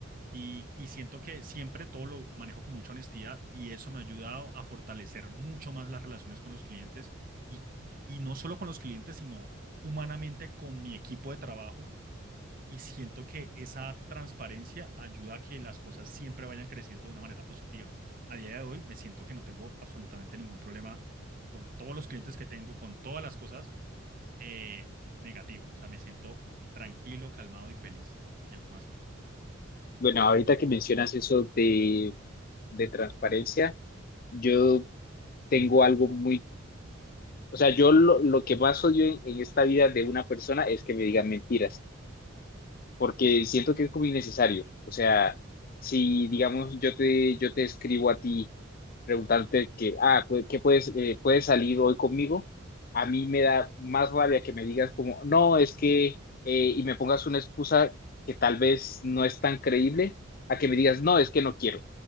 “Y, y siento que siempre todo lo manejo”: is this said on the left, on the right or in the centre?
Right